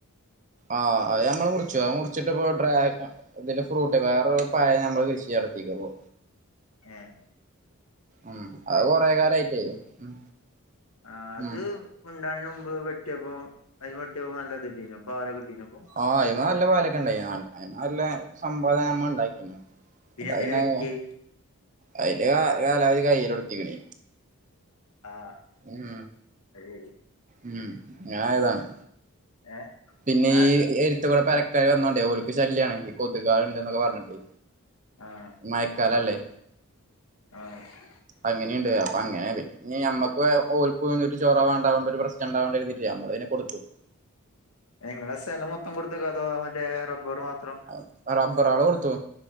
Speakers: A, on the right; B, on the left.
A: ആഹ് അത് ഞമ്മള് മുറിച്ചുത് മുറ് ച്ചെട്ടിപ്പോ ഡ്രാ തിന്റെ ഫ്രൂട്ട് ' വേറൊരു പയം ഞമ്മള് കഴിച്ച് ഈ അടത്തിക് പ്പൊ
B: ഏഹ്
A: ഉം അത് കൊറെ കാലായിട്ടെ ഉം
B: ആ അത്
A: ഉം
B: ഉൺണ്ടാന് മുമ്പ് വെട്ടിയപ്പോ അയിന്ന് വെട്ടിയപ്പോ നല്ലതിട്ടീനു പാലൊക്ക കിട്ടീനു അപ്പോ
A: ആഹ് അയ്മ നല്ല പാലൊക്കണ്ടായി അയ്മ നല്ല സമ്പാദം നമ്മ ഇണ്ടാക്കി
B: പിന്നെ
A: <unintelligible>
B: എന്തിനാ വെട്ടിയേ
A: അയിന്റെ കാ കാലാവധി കൈയിലൊടുത്തിക്കണ്
B: ആഹ്
A: ഉം
B: അത് ശരി
A: ഉം ഞായതാണ്
B: ഏഹ്
A: പിന്നെ
B: ആഹ്
A: ഈ എരുത്തുകുടെ പെരക്കാര് വന്നോണ്ടേ ഒളുക്ക് ശല്യാണ് ഈ കൊതുകാണ്ട് ന്നൊക്ക പറഞ്ഞിട്ട്
B: ആഹ്
A: മയക്കാലല്ലേ
B: ആഹ്
A: അങ്ങൊനിണ്ട് അപ്പ അങ്ങനെ ഞ്ഞി ഞമ്മക്കു ഓൽക്കു ഒന്നുറ്റ് റ വേണ്ടാ പറഞ്ഞിട്ട് ഒരു പ്രശ്നണ്ടാ രിതിട്ട ഞമ്മള് പിന്ന കൊടുത്തു
B: ങ്ങളെ സ്ഥലം മൊത്തം കൊടുത്തക്ക അതോ മറ്റേ റബ്ബറു മാ
A: ആഹ് റബറള് കൊടുത്തു